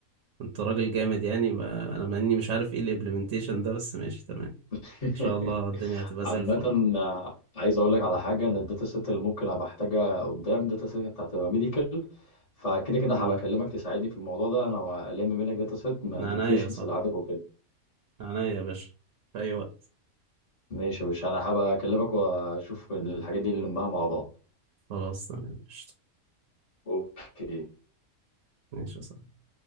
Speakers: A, on the right; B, on the left.
A: وانت راجل جامد يعني ما انا مع اني مش عارف ايه الامبلمنتيشن ده بس ماشي تمام ان
B: <laughs>
A: شاء الله الدنيا هتبقى
B: عامة
A: زي الفل
B: آه، عايز اقول لك على حاجة ان الداتا سيت اللي ممكن ابقى احتاجها قدام داتا سيت هتبقى ميديكال فكده كده
A: امم
B: هبقى اكلمك تساعدني في الموضوع ده انا الم منك داتا سيت
A: من
B: من البيشنس
A: عينيا يا صاحبي
B: اللي عندك وكده
A: من عينيا يا باشا في اي وقت
B: ماشي يا باشا انا هبقى اكلمك واشوف الحاجات دي اللي نلمها مع بعض
A: خلاص تمام قشطة.
B: اوكي
A: ماشي يا صاحبي